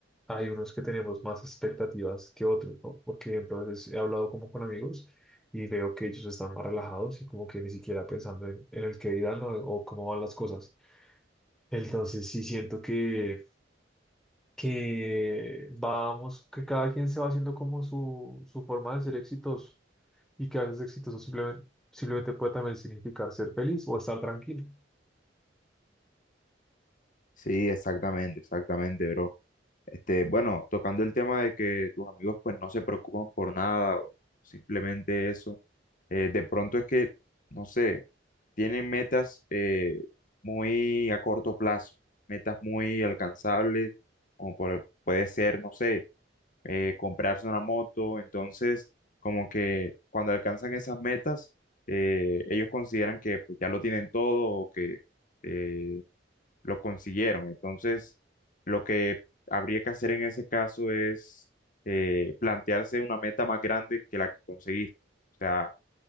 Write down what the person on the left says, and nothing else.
Sí, exactamente, exactamente, bro. Este, bueno, tocando el tema de que tus amigos pues no se preocupan por nada o simplemente eso, eh, de pronto es que, no sé, tienen metas eh, muy a corto plazo, metas muy alcanzables, como por- puede ser, no sé, eh, comprarse una moto. Entonces, como que cuando alcanzan esas metas, eh, ellos consideran que pues, ya lo tienen todo o que eh, lo consiguieron. Entonces, lo que habría que hacer en ese caso es eh, plantearse una meta más grande que la que conseguiste. O sea,